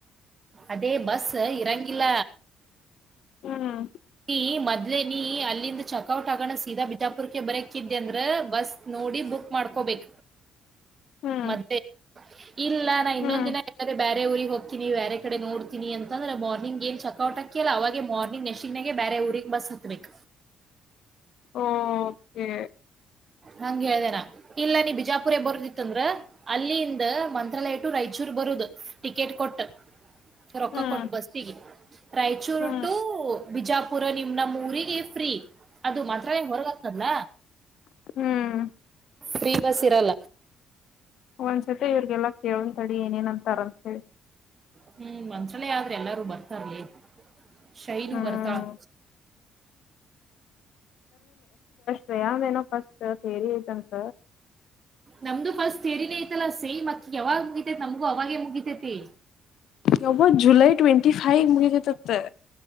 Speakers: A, on the right; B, on the left.
A: ಅದೇ ಬಸ್ ಇರಂಗಿಲ್ಲ.
B: ಹ್ಮ್.
A: ನೀ ಮೊದ್ಲ ನೀ ಅಲ್ಲಿಂದ ಚಕ್ಔಟ್ ಆಗೋಣ ಸೀದಾ ಬಿಜಾಪುರ್ಕ್ಕೆ ಬರಕ್ಕಿದ್ದೆಂದ್ರ ಬಸ್ ನೋಡಿ ಬುಕ್ ಮಾಡ್ಕೋಬೇಕ.
B: ಹ್ಮ್
A: ಮದ್ಲೇ. ಇಲ್ಲ ನಾ ಇನ್ನೊಂದ
B: ಹ್ಮ್
A: ದಿನ ಎಲ್ಲರ ಬ್ಯಾರೆ ಊರಿಗ ಹೋಕೀನಿ ಬ್ಯಾರೆ ಕಡೆ ನೋಡ್ತೀನಿ ಅಂತಂದ್ರ ಮಾರ್ನಿಂಗ ಏನ್ ಚಕೌಟ್ ಆಕಿಲ್ಲ ಅವ ಮಾರ್ನಿಂಗ್ ನೇ ನಸುಕ್ನೆಗೆ ಬೇರೆ ಊರಿಗೆ ಬಸ್ ಹತ್ಬೇಕ.
B: ಓ ಕೆ.
A: ಹಂಗ ಹೇಳ್ದ ನಾ ಇಲ್ಲ ನೀ ಬಿಜಾಪುರ ಬರೋದಿತ್ತಂದ್ರ ಅಲ್ಲಿಯಂದ ಮಂತ್ರಾಲಯ ಟು ರಾಯಚೂರ್ ಬರುದು ಟಿಕೆಟ್ ಕೊಟ್ಟ. ರೊಕ್ಕ
B: ಹ್ಮ್
A: ಕೊಟ್ಟ ಬಸ್ಸಿಗೆ. ರಾಯಚೂರು
B: ಹ್ಮ್
A: ಟು. ಬಿಜಾಪುರ ನಿಮ್ಮ ನಮ್ಮ ಊರಿಗೆ ಫ್ರೀ. ಅದು ಮಂತ್ರಾಲಯದಿಂದ ಹೊರಗ ಆತದಲ್ಲ.
B: ಹ್ಮ್
A: ಫ್ರೀ ಬಸ್ಇರಲ್ಲ.
B: ಒಂದ್ಸತಿ ಇವ್ರಗೆಲ್ಲ. ಕೇಳೋಣ ತಡಿ ಏನೇನ ಅಂತಾರ ಅಂತ ಹೇಳಿ.
A: ಹ್ಮ್ ಒಂದ್ಸಲೆ ಆದ್ರೆ ಎಲ್ಲಾರೂ ಬರ್ತಾರ್ಲಿ. ಶೈಲೂ
B: ಹ್ಮ್
A: ಬರ್ತಾಳ.
B: ಪ್ರಯಾಮ ಏನೋ ಫಸ್ಟ್ ತೇರಿ ಐತಂತ
A: ನಮ್ದು ಫಸ್ಟ್ ತೇರಿ ಐತಲ್ಲ ಸೇ್ ಅಕ್ಕ ಯಾವಾಗ ಮುಗಿತೈತಿ ನಮಗೂ ಅವಾಗೇ ಮುಗಿತೈತಿ
B: ಯಬೋ ಜುಲೈ ಟ್ವೆಂಟಿ ಫೈವ್ ಮುಗಿದತತ್ತ